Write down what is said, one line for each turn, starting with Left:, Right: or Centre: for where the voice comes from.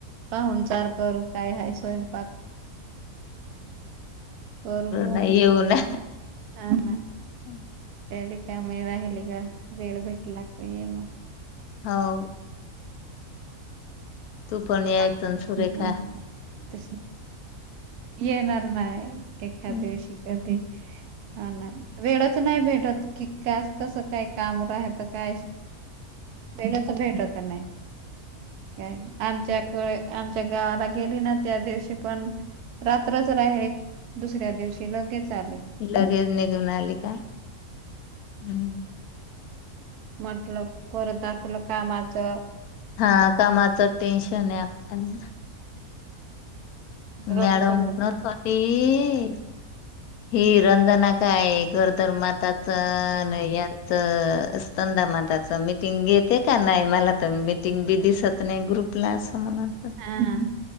Right: पाहून चार करू काय ह स्वयंपाक करू.
Left: ना येऊ ना
Right: ह ना
Left: हो
Right: र का मी राहिली का वेळ भेटला की ये मग.
Left: हो. तू पण यायचं
Right: <unintelligible>
Left: न सुरेखा
Right: त येणार नाही एखा
Left: हम्म.
Right: दिवशी कधी. हा ना वेळच नाही भेटत की का कसं काय काम राहतं काय. वेळच भेटत नाही काय आमच्या आमच्या गावाला गेली ना त्या दिवशी पण रात्रच राहिली दुसऱ्या दिवशी लगेच आलो.
Left: लगेज निघून आली का हम्म
Right: म्हटल परत आपलं कामाचं --
Left: हा कामाच टेन्शनहे आप <unintelligible>
Right: रोजच
Left: मॅडम <unintelligible> ही रंजना काय गरदर माताचणया- - तर स्तंदा माताच मिटिंग घेते का नाही मला तर मिटिंग बी दिसत नाही. ग्रुप प्लास म्हन --
Right: हा.